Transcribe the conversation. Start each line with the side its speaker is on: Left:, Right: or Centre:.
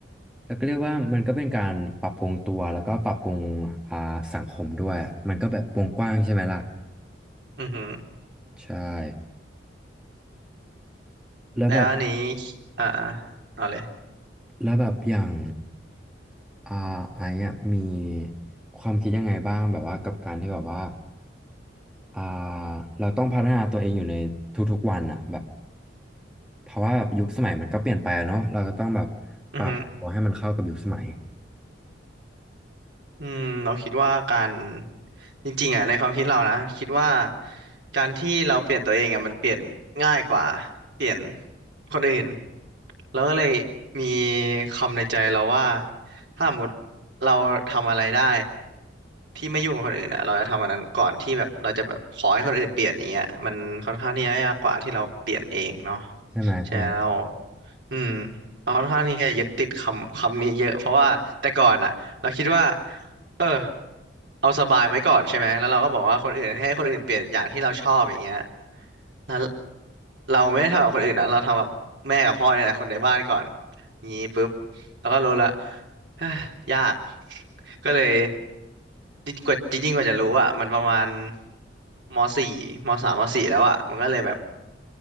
Centre: เราก็เรียกว่ามันก็เป็นการปรับปรุงตัวแล้วก็ปรับปรุงอ่าสังคมด้วยอะมันก็แบบวงกว้างใช่ไหมล่ะ
Right: อืม
Centre: ใช่แล้วแบบ
Right: แล้วอันนี้อ่าเอาเลย
Centre: แล้วแบบอย่างอ่าไอ้อะมีความคิดยังไงบ้างแบบว่ากับการที่แบบว่าอ่าเราต้องพัฒนาตัวเองอยู่ในทุกๆวันอ่ะแบบ เพราะว่าแบบยุคสมัยมันก็เปลี่ยนไปอะเนาะเราก็ต้องแบบ
Right: อือฮึ
Centre: ปรับตัวให้มันเข้ากับยุคสมัย
Right: อืมเราคิดว่าการจริงๆอ่ะในความคิดเรานะคิดว่าการที่เราเปลี่ยนตัวเองอ่ะมันเปลี่ยนง่ายกว่าเปลี่ยนคนอื่นแล้วก็เลยมีคำในใจเราว่าถ้าสมมติเราทำอะไรได้ที่ไม่ยุ่งกับคนอื่นอ่ะเราจะทำอันนั้นก่อนที่แบบเราจะแบบขอให้คนอื่นเปลี่ยนอย่างเงี้ยมันค่อนข้างที่จะยากกว่าที่เราเปลี่ยนเองเนาะ
Centre: ใช่ไหมใช่ไหม
Right: ใช่แล้ว อืมเราค่อนข้างที่จะยึดติดคำคำนี้เยอะเพราะว่าแต่ก่อนอ่ะเราคิดว่าเออเอาสบายไว้ก่อนใช่ไหมแล้วเราก็บอกว่าคนอื่นให้คนอื่นเปลี่ยนอย่างที่เราชอบอย่างเงี้ยแล้วเราไม่ได้ทำกับคนอื่นนะเราทำกับแม่กับพ่อเนี่ยแหละคนในบ้านก่อนงี้ปุ๊บแล้วก็รู้ละเอ้อยากก็เลยจริงกว่าจริงๆกว่าจะรู้อ่ะมันประมาณมสี่มสามมสี่แล้วอ่ะมันก็เลยแบบ